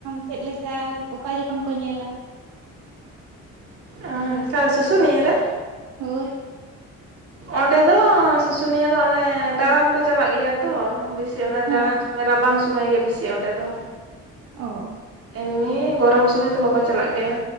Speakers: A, on the right; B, on the right.
A: ᱪᱮᱫᱞᱮᱠᱟ ᱚᱠᱟ ᱡᱚᱠᱷᱚᱱ ᱠᱚ ᱧᱮᱞᱟ
B: ᱚᱸ ᱠᱟᱨᱮ ᱥᱩᱥᱩᱱᱤᱭᱟᱹ. ᱨᱮ
A: ᱦᱳᱭ
B: ᱚᱸᱰᱮ ᱫᱚ ᱥᱩᱥᱩᱱᱤᱭᱟᱹ ᱫᱚ ᱚᱱᱮ ᱫᱟᱬᱟᱱ ᱠᱚ ᱪᱟᱞᱟᱜ ᱜᱮᱭᱟ ᱛᱚ ᱵᱮᱥᱤ ᱚᱱᱮ
A: ᱦᱮᱸ
B: ᱫᱟᱬᱟᱱ ᱥᱚᱢᱚᱭ ᱨᱟᱵᱟᱝ ᱥᱚᱢᱚᱭ ᱜᱮ ᱵᱤᱥᱤ ᱚᱸᱰᱮ ᱫᱚ
A: ᱚ
B: ᱮᱢᱱᱤ ᱜᱚᱨᱚᱢ ᱥᱚᱢᱚᱭ ᱫᱚ ᱵᱟᱠᱚ ᱪᱟᱞᱟᱜ ᱜᱮᱭᱟ